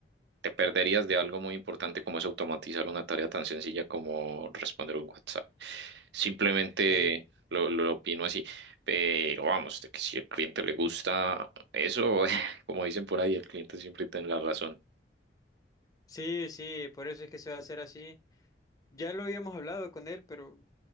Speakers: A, on the right; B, on the left.
A: te perderías de algo muy importante como es automatizar una tarea tan sencilla como responder un WhatsApp. Simplemente
B: Sí,
A: lo, lo opino así. Pero vamos, de que si al cliente le gusta eso, <laughs> como dicen por ahí, el cliente siempre tiene la razón.
B: sí, sí, por eso es que se va a hacer así. Ya lo habíamos hablado con él, pero